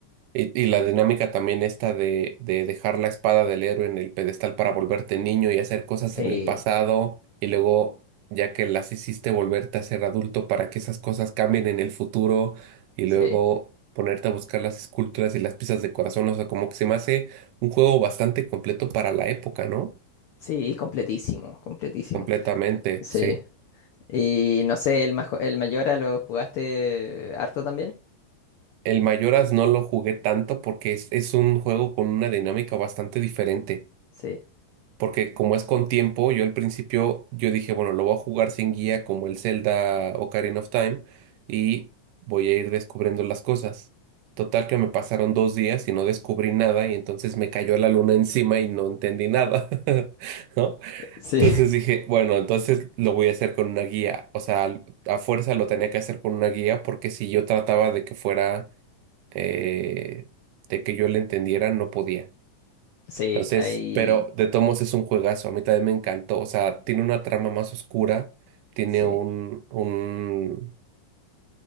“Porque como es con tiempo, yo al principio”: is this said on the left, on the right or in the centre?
Right